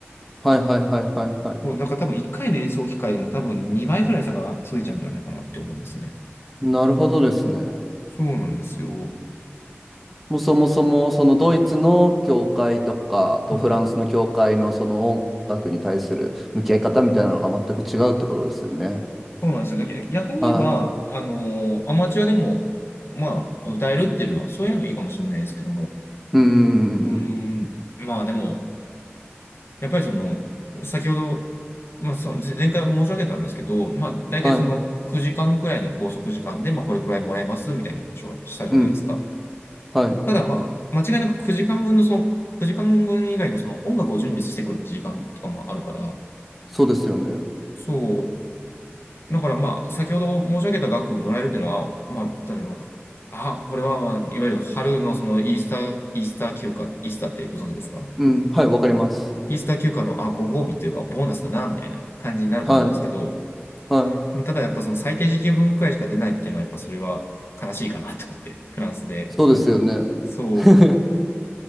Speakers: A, in the centre; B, on the left (about 65°).
A: はいはいはいはいはい。
B: だから多分1回の演奏機会でも多分2倍くらい差がついちゃうんじゃないかなって思いますね。
A: なるほどですね。
B: そうなんですよ。
A: もうそもそもそのドイツの教会とかとフランスの教会のその音楽に対する向き合い方みたいなのが全く違うってことですよね。
B: うん。そうなんですよね。逆に言えば、
A: は
B: あのーアマチュアでも、まあ、歌えるっていうのは、そういうのがいいかもしれないですけども、
A: い。うん。
B: うーん、
A: うん
B: まあでも、やっぱりその、先ほど、まあ、その前回申し上げたんですけど、まあ、大体その9時間くらいの拘束時間で、
A: はい。
B: まあ、これくらいもらえますみたいな話をしたじゃないですか。
A: うん。はい。
B: ただ、まあ、間違いなく9時間分のその、9時間分以外にもその音楽を準備してくるって時間とかもあるから、
A: そうですよね。
B: そう。だからまあ、先ほど申し上げた額もらえるっていうのは、まあ、例えば、あ、これは、まあ、いわゆる春のそのイースター、イースター休暇、イースターってご存知ですか
A: うん。はい。わかります。
B: イースター休暇の、あ、ご褒美というか、ボーナスだな、みたいな感じになると思うんですけど、
A: はい。はい。
B: ただやっぱその最低時給分くらいしか出ないっていうのはやっぱそれは悲しいかなと思って、フランスで。
A: そうですよね。
B: ただそ
A: <laughs>